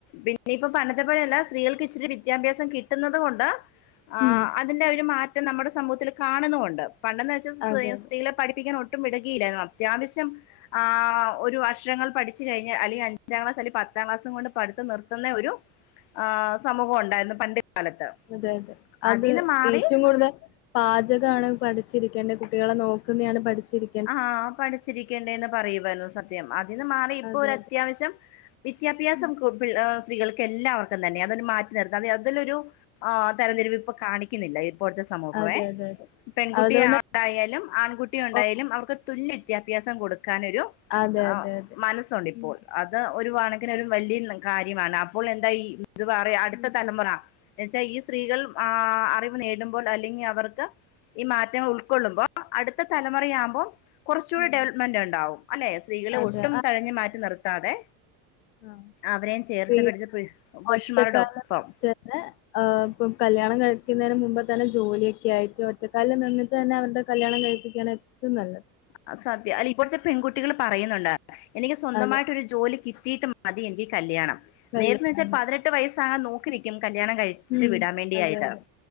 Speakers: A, on the left; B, on the left.
A: പിന്നെയിപ്പൊ പണ്ടത്തെ പോലെയല്ല സ്ത്രീകൾക്ക് ഇച്ചിരി വിദ്യാഭ്യാസം കിട്ടുന്നത് കൊണ്ട് ആ
B: ഉം.
A: അതിന്റെ ഒരു മാറ്റം നമ്മുടെ സമൂഹത്തിൽ കാണുന്നുണ്ട് പണ്ടെന്ന് വെച്ചാ സ് സ്ത്രീ
B: അതെ
A: സ്ത്രീകളെ പഠിപ്പിക്കാൻ ഒ ട്ടും വിടുക്കിലേന്നു അത്യാവശ്യം
B: അതെ.
A: ആ ഒരു അക്ഷരങ്ങൾ പഠി ച്ച് കഴിഞ്ഞാ അല്ലെങ്കി അഞ്ചാംക്ലാസ് അല്ലെങ്കി പത്താം ക്ലാസും കൊണ്ട് പഠിത്തം നിർത്തുന്ന ഒരു ആ സമൂഹൊണ്ടായിരുന്നു പണ്ട് കാലത്ത്
B: അതെയതെ അത്
A: അതിന്ന് മാറി
B: ഏറ്റും കൂടുതൽ പാചകാണ് പഠിച്ചിരിക്കേണ്ടെ കുട്ടികളെ നോക്കുന്നെയാണ് പഠിച്ചിരി
A: ആ പഠിച്ചിരിക്കേണ്ടേന്ന് പറയുമായിരുന്നു സത്യം അതിന്ന് മാറി ഇപ്പൊ
B: അതെ
A: ഒരത്യാവശ്യം
B: അതെ.
A: വിദ്യാഭ്യാസം
B: ഉം.
A: കൊ പിൾ ഹേ സ്ത്രീകൾക്ക് എല്ലാവർക്കും തന്നെ അതൊരു മാറ്റി നിർത്ത അതെ അതിലൊരു ആ തരംതിരിവ് ഇപ്പൊ കാണിക്കുന്നില്ല ഇപ്പോഴത്തെ സമൂഹവേ
B: അതെ അതെ അതെ.
A: പെൺകുട്ടിയ
B: അതുകൊണ്ട്
A: യായാലും ആൺകുട്ടി ഉണ്ടായാലും
B: ഓ
A: അവർക്ക് തുല്യ വിദ്യാഭ്യാസം കൊടുക്കാൻ ഒരു
B: അതെ
A: ആ
B: അതെ അതെ.
A: മനസ്സുണ്ട് ഇപ്പോൾ
B: ഉം.
A: അത് ഒരു വാണക്കിന് ഒരു വല്യന്ന് കാര്യമാണ് അപ്പോൾ എന്താ ഈ ഇത് പറയാ അടുത്ത
B: ഉം.
A: തലമുറ വെച്ചാ ഈ സ്ത്രീകൾ
B: ഉം.
A: ആ ആ അറിവ് നേടുമ്പോൾ അല്ലെങ്കിൽ അവർക്ക് ഈ മാറ്റങ്ങൾ ഉൾക്കൊള്ളുമ്പോൾ അടുത്ത തല മുറയാകുമ്പം കൊറച്ചൂടെ
B: ഉം.
A: ഡെവലപ്മെന്റ് ഇണ്ടാവും. അല്ലെ? സ്ത്രീകളെ
B: അതെ
A: ഒട്ടും തഴഞ്ഞ് മാറ്റി നിർത്താതെ
B: ആ
A: അവരെയും ചേർത്ത്
B: <unintelligible>
A: പിടിച്ച് പുരുഷന്മാരുടെ
B: ഒറ്റക്കാലൻ
A: ഒപ്പം
B: റ്റന്നെ ആ ഇപ്പം കല്യാണം കഴിക്ക്ന്നേന് മുമ്പ് തന്നെ ജോലിയൊക്കെ ആയിട്ട് ഒറ്റക്കാലിൽ നിന്നിട്ട് തന്നെ അവരുടെ കല്യാണം കഴിപ്പിക്കാന് ഏറ്റവും നല്ലത്.
A: അഹ് സത്യ അല്ല ഇപ്പോഴത്തെ പെൺകുട്ടികൾ പറയുന്നുണ്ട്. എനിക്ക് സ്വന്തമായിട്ടൊരു
B: അതെ
A: ജോലി കിട്ടിയിട്ട് മതി എനിക്ക് കല്യാണം
B: കല്യാണം
A: നേരത്തെ വെച്ചാൽ പതിനെ ട്ട് വയസ്സാകാൻ നോക്കി നിക്കും കല്യാണം കഴി ച്ച്
B: ഉം
A: വിടാൻ വേണ്ടിയായിട്ട്
B: അതെ അതെ